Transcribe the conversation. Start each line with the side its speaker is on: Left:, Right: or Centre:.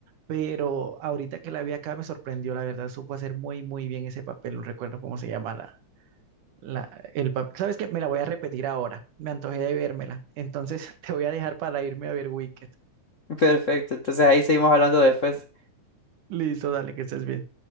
Right: pero ahorita que la vi acá me sorprendió, la verdad, supo hacer muy, muy bien ese papel. No recuerdo cómo se llama La, el papel. ¿Sabes qué? Me la voy a repetir ahora. Me antojé de vérmela. Entonces <laughs> te voy a dejar para irme a ver Wicked.
Left: <laughs> Perfecto, entonces ahí seguimos hablando después.
Right: Listo, dale, que estés bien.